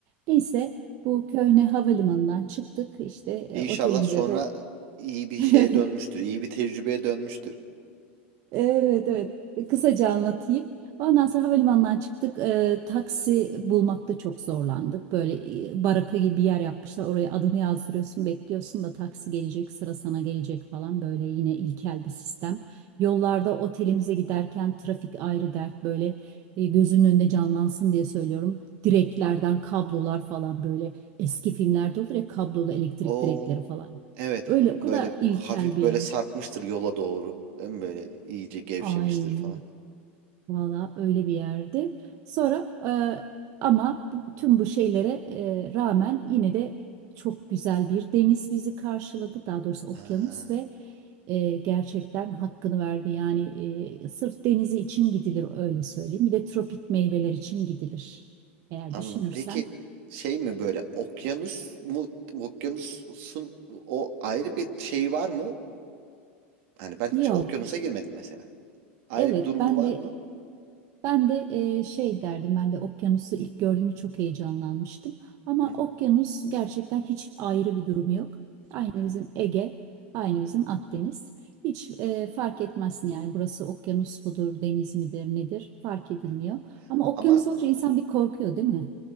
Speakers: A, on the right; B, on the right.
A: Neyse bu Köhne havalimanından çıktık işte e,
B: E, İnşallah
A: otelimize
B: sonra
A: doğru
B: iyi bir
A: <laughs>
B: şeye dönmüştür. iyi bir tecrübeye dönmüştür.
A: Evet evet. E, Kısaca anlatayım. Ondan
B: Hı hı.
A: sonra havalimanından çıktık. E, taksi bulmakta çok zorlandık. Böyle e, baraka gibi bir yer yapmışlar. Oraya adını yazdırıyorsun, bekliyorsun da taksi gelecek, sıra sana gelecek falan. Böyle yine ilkel bir sistem. Yollarda otelimize giderken trafik ayrı dert. Böyle e, gözünün önünde canlansın diye söylüyorum. Direklerden kablolar falan böyle eski filmlerde olur ya kablolu elektrik
B: Oo.
A: direkleri falan.
B: Evet,
A: Öyle
B: ha-
A: o kadar
B: böyle
A: ilkel
B: hafif
A: bir
B: böyle
A: yer.
B: sarkmıştır yola doğru. Değil mi böyle iyice gevşemiştir
A: Aynen.
B: falan.
A: Valla öyle bir yerdi. Sonra e, ama bu- tüm bu şeylere e, rağmen yine de çok güzel bir deniz bizi karşıladı. Daha doğrusu okyanus
B: Ha,
A: ve e, gerçekten hakkını verdi. Yani e, sırf denizi için gidilir öyle söyleyeyim. Bir de tropik meyveler için gidilir. Eğer
B: anladım.
A: düşünürsen.
B: Peki şey mi böyle okyanus mu okyanusun o ayrı bir şey var mı? Hani ben hiç
A: Yok.
B: okyanusa girmedim mesela. Ayrı
A: Evet
B: bir durumu
A: ben
B: var
A: de
B: mı?
A: Ben de e, şey derdim, ben de okyanusu ilk gördüğümde çok heyecanlanmıştım. Ama
B: Hı hı,
A: okyanus gerçekten hiç ayrı bir durumu yok. Aynı
B: hı
A: bizim
B: hı,
A: Ege, aynı bizim Akdeniz. Hiç e, fark etmezsin yani burası okyanus mudur, deniz midir, nedir fark edilmiyor.
B: hı hı.
A: Ama okyanus
B: Ama
A: olunca insan bir korkuyor değil mi?